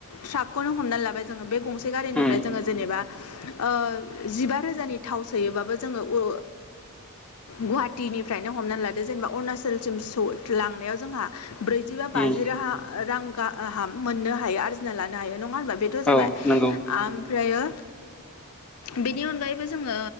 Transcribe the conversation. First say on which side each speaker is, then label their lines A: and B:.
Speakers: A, on the left (about 80°); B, in the centre.
A: ट्राकखौनो हमनानै लांबाय जोङो बे गंसे गारिनिफ्राय
B: उम
A: जोङो जेनेबा ओ जिबा रोजानि थाव सोयोबाबो जोङो ओ गुवाहाटीनिफ्रायनो हमनानै लादो जेनेबा अरुणाचलसिम स लांनायाव जोंहा ब्रैजिबा बाजि
B: उम
A: राहा रां गाहाम मोननो हायो आर्जिना लानो हायो न नङा होनबा बेथ जाबाय
B: औ नंगौ
A: ओमफ्रायो
B: <inaudible>
A: बेनि अनगायैबो जोङो